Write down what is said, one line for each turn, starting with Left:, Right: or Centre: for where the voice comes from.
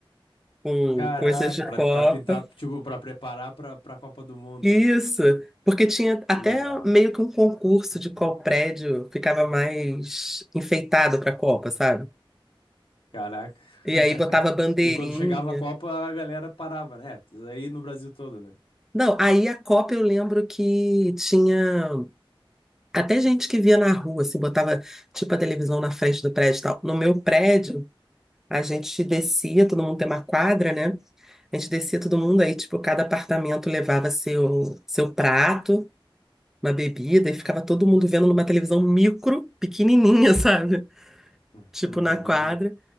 Centre: Com
Left: Caraca,
Centre: coisas de
Left: pra,
Centre: copa.
Left: pra pintar, tipo, pra preparar pra, pra Copa do Mundo.
Centre: Isso, porque tinha até
Left: Que legal.
Centre: meio que um concurso de qual prédio ficava mais enfeitado para a Copa, sabe?
Left: Caraca.
Centre: E
Left: <laughs>
Centre: aí botava bandeirinha.
Left: E quando chegava a Copa, a galera parava, né? Aí no Brasil todo, né?
Centre: Não, aí a Copa eu lembro que tinha até gente que via na rua, assim, botava tipo a televisão na frente do prédio e tal. No meu prédio, a gente descia, todo mundo tem uma quadra, né? A gente descia todo mundo, aí tipo, cada apartamento levava seu, seu prato, uma bebida, e ficava todo mundo vendo numa televisão micro, pequenininha, <laughs> sabe?
Left: <laughs>
Centre: Tipo,
Left: Uhum,
Centre: na quadra.